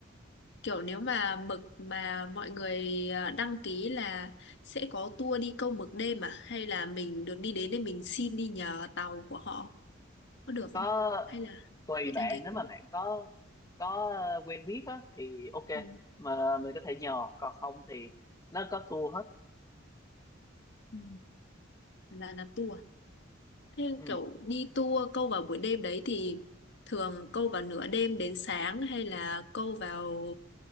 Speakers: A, on the left; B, on the left.
A: kiểu nếu mà mực mà mọi người à, đăng ký là sẽ có tour đi câu mực đêm à hay là mình được đi đến để mình xin đi nhờ tàu của họ có được
B: có
A: không hay là
B: tùy
A: phải đăng
B: bạn
A: ký
B: nếu
A: tour
B: mà bạn có có ờ, quen biết á thì ok
A: ừ.
B: mà mình có thể nhờ còn không thì nó có tour hết
A: Ừ. là là tour à? thế
B: ừ.
A: kiểu đi tour câu vào buổi đêm đấy thì thường câu vào nửa đêm đến sáng hay là câu vào